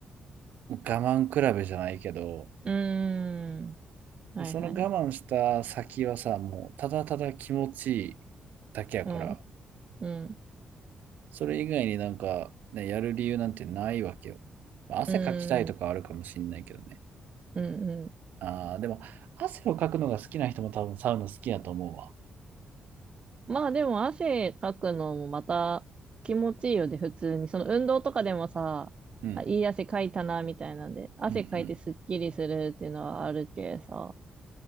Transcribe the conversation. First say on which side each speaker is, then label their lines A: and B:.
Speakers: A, on the right; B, on the right.
A: 我慢比べじゃないけど、
B: ーん。はいはい。
A: その我慢した先はさ、もうただただ気持ちいいだけやから、
B: うん、うん、
A: それ以外になんか、ね、やる理由なんてないわけよ。まあ汗かきたいとかあるかもしんないけどね。
B: うん、うん、うん。
A: ああ、でも、汗をかくのが好きな人も多分サウナ好きやと思うわ。
B: まあでも汗かくのもまた気持ちいいよね、普通に。その運動とかでもさ、
A: うん、
B: あ、いい汗かいたな、みたいなんで、汗かいてすっきりするっていうのはあるけさ。
A: うん、